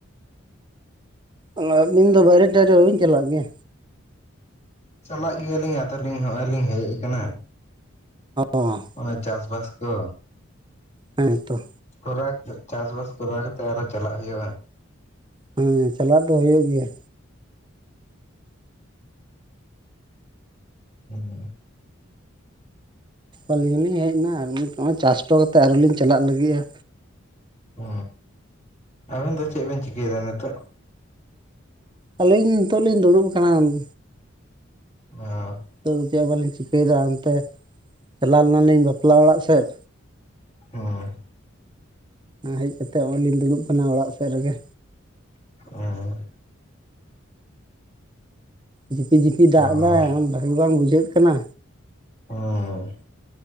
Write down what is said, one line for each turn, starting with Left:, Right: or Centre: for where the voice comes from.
Right: ᱚ ᱟᱹᱵᱤᱱ ᱫᱚ ᱵᱟᱹᱭᱨᱮᱼᱴᱟᱹᱭᱨᱮ ᱵᱟᱹᱵᱤᱱ ᱪᱟᱞᱟᱜ ᱜᱮᱭᱟ?
Left: ᱪᱟᱞᱟᱜ ᱜᱮᱭᱟᱞᱤᱧ ᱟᱫᱚ ᱞᱤᱧ ᱦᱚᱜᱼᱚᱭ ᱞᱤᱧ ᱦᱮᱡ ᱟᱠᱟᱱᱟ᱾
Right: ᱚ
Left: ᱚᱸ ᱪᱟᱥ ᱵᱟᱥ ᱠᱚ
Right: ᱦᱟᱹᱱ ᱛᱚ᱾
Left: ᱠᱚᱨᱟ ᱠᱟᱛᱮ ᱪᱟᱥᱼᱵᱟᱥ ᱠᱚᱨᱟᱣ ᱠᱟᱛᱮᱜ ᱟᱨᱚ ᱪᱟᱞᱟᱜ ᱦᱩᱭᱩᱜᱼᱟ᱾
Right: ᱦᱩᱸ, ᱪᱟᱞᱟᱜ ᱫᱚ ᱦᱳᱭᱳᱜ ᱜᱮᱭᱟ᱾
Left: <inaudible>
Right: ᱟᱹᱞᱤᱧ ᱞᱤᱧ ᱦᱮᱡ ᱮᱱᱟ ᱱᱤᱛ ᱱᱚᱜᱼᱚᱭ ᱟᱥᱴᱚ ᱠᱟᱛᱮᱫ ᱟᱨᱦᱚᱸ ᱞᱤᱧ ᱪᱟᱞᱟᱜ ᱞᱤᱜᱤ ᱟ᱾
Left: ᱚ, ᱟᱵᱮᱱ ᱫᱚ ᱪᱮᱫ ᱵᱮᱱ ᱪᱤᱠᱟᱹᱭ ᱫᱟ ᱱᱮᱛᱚᱜ?
Right: ᱟᱹᱞᱤᱧ ᱱᱤᱛᱚᱜ ᱞᱤᱧ ᱫᱩᱲᱩᱵ ᱟᱠᱟᱱᱟ᱾
Left: ᱚ᱾
Right: ᱱᱤᱛᱚᱜ ᱫᱚ ᱪᱮᱜ ᱦᱚᱸ ᱵᱟᱹᱞᱤᱧ ᱪᱤᱠᱟᱹᱭ ᱫᱟ ᱚᱱᱛᱮ ᱪᱟᱞᱟᱣ ᱞᱮᱱᱟᱞᱤᱧ ᱵᱟᱯᱞᱟ ᱚᱲᱟᱜ ᱥᱮᱫ᱾
Left: ᱦᱚᱭ᱾
Right: ᱦᱮᱡ ᱠᱟᱛᱮᱜ ᱚᱼᱚᱭ ᱞᱤᱧ ᱫᱩᱲᱩᱵ ᱟᱠᱟᱱᱟ ᱚᱲᱟᱜ ᱥᱮᱜ ᱨᱮᱜᱮ᱾
Left: <inaudible>
Right: ᱡᱷᱤᱯᱤᱼᱡᱤᱯᱤ ᱫᱟᱜ
Left: ᱚ
Right: ᱮᱫᱟᱭ ᱚᱸ ᱵᱷᱟᱜᱤ ᱵᱟᱝ ᱵᱩᱡᱷᱟᱹᱜ ᱠᱟᱱᱟ᱾
Left: ᱚᱸᱻ᱾